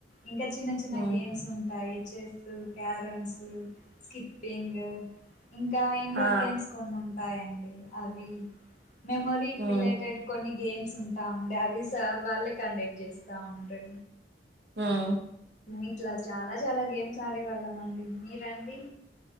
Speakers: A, on the left (about 45°); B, on the right (about 65°).
A: ఇంకా చిన్న చిన్న
B: ఉమ్
A: గేమ్స్ ఉంటాయి చేస్సు క్యారమ్స్ స్కిప్పింగ్ ఇంకా ఇండోర్
B: ఆ
A: గేమ్స్ కొన్ని ఉంటాయండి అవి మెమోరీకి
B: ఉమ్
A: రిలేటెడ్ కొన్ని గేమ్స్ ఉంటా ఉండే అవి సార్ వాళ్ళే కండక్ట్ చేస్తా ఉండ్రి
B: హు
A: ఇట్లా చాలా చాలా గేమ్స్ ఆడే వాళ్ళం అండి మీరండి